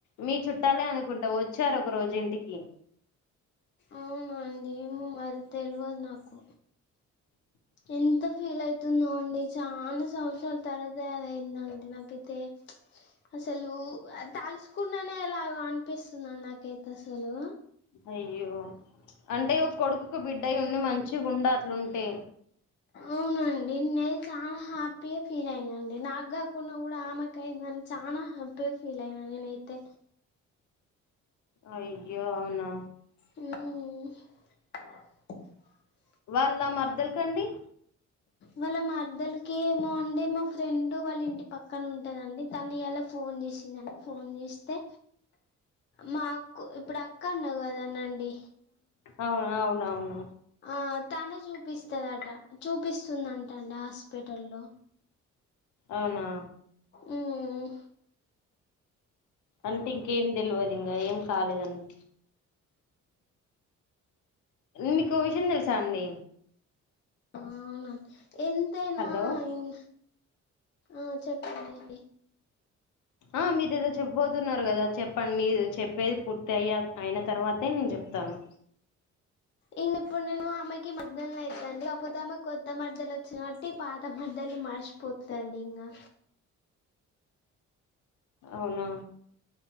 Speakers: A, on the left (about 75°); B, on the left (about 40°).
A: మీ చుట్టాలే అనుకుంటా వచ్చు స్తారు ఒక రోజు ఇంటికి
B: అవునండి ఏమో మరి తెలివదు నాకు
A: <inaudible>
B: ఎంత ఫీల్ అవుతున్నావు అండి చాలా సంవత్సరాల తర తయారయందండి నాకైతే అసలు తలుచకున్నానే ఎలా అనిపిస్తున్నాను నాకైతే అసలు
A: అయ్యో అంటే ఒక కొడుకొకబిడ్డయి ఉండి మంచిగుండట్లుంటే
B: అవునండి నే చాలా హ్యాపీగా ఫీల్ అయినండి నాకు కాకున్న కూడా ఆమెక అయింది. నేను చాలా హ్యాపీగా ఫీల్ అయినా నేనైతే
A: అయ్యో అవునా
B: ఆ
A: వాళ్ళ మర్ద్దల్కండి
B: వాళ్ళ మాద్దలకి ఏమో అండీ మా ఫ్రెండ్ వాళ్ళ ఇంటి పక్కన ఉంటదండీ తను ఇయాల ఫో ఫోన్ చేసినాను ఫోన్ చేస్తే మా అక్కు ఇప్పడు అక్క అన్నావు కాదనండి.
A: అవును అవునవును
B: ఆ తనే చూపిస్తదట చూపిస్తుందంటండి హాస్పిటల్లో
A: అవునా
B: మ్మ్
A: అంటే ఇంకేం తెలివదు ఇంగ ఎమ్ కాలేదండీ మీకు విషయం తెలుసా అండి?
B: అవున ఎంతైనా
A: హలో
B: ఇన్ ఆ చెప్పండి
A: ఆ మీరెదో చెప్పబోతున్నారు కదా చెప్పండి మీరు చెప్పేది పూర్తి అయ్య అయిన తర్వాతేేనే జెప్తాను
B: ఇన్నప్పుడు నేను ఆమెకి మర్దలను ఐతాను కాకపోతే ఆమె కొత్త మరదలు వచ్చిన కాట్టి పాత మరదలు మర్చిపోదండి ఇంకా
A: అవునా